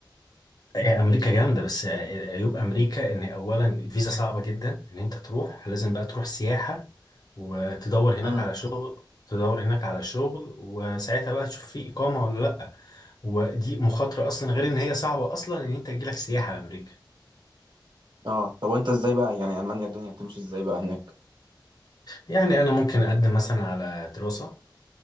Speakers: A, on the left; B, on the right.
A: هي امريكا جامده بس عيوب امريكا ان اولا الفيزا صعبه جدا ان انت تروح لازم بقى تروح سياحه وتدور هناك
B: امم
A: على شغل تدور هناك على شغل وساعتها بقى تشوف في اقامه ولا لا ودي مخاطره اصلا غير ان هي صعبه اصلا ان انت تجيلك سياحه امريكا
B: اه طب وانت ازاي بقى يعني المانيا الدنيا بتمشي ازاي بقى هناك
A: يعني انا ممكن اقدم مثلا على دراسه